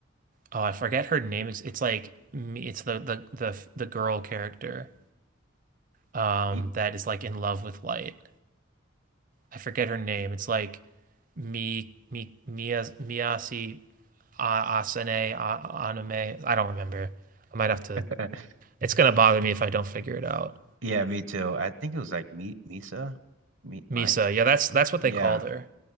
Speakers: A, on the right; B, on the right.
A: oh I forget her name. It's, it's like me it's the the the the girl character um
B: Ye-
A: that is like in love with light. I forget her name. It's like Mi Mi Mia Miyasi Asane A- Aname. I don't remember. I might have to.
B: <laughs>
A: It's gonna bother me if I don't figure it out.
B: Yeah, me too. I think it was like meat Misa, meat
A: Misa.
B: might.
A: Yeah, that's that's what
B: Yeah,
A: they called her.